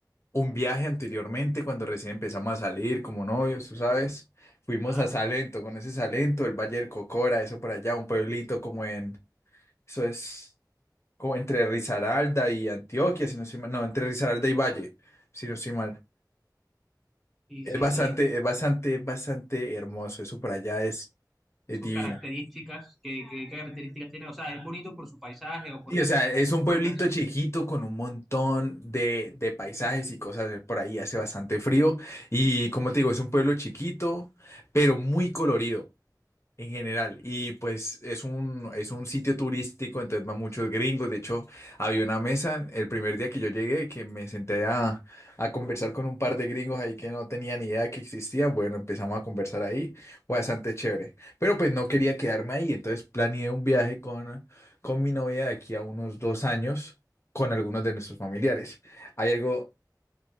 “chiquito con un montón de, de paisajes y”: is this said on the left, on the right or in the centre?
Left